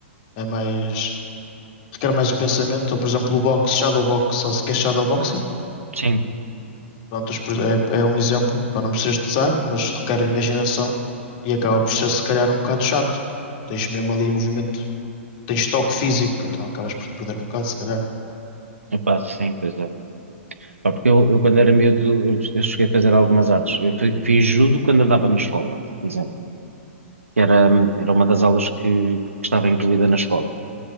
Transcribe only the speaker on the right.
sim,
epá, sim, pois é. Pá, porque eu, eu quando era miúdo, eu, eu cheguei a fazer algumas artes. Eu fi- fiz judo quando andava na escola, por exemplo. que era, era uma das aulas que, que estava incluída na escola.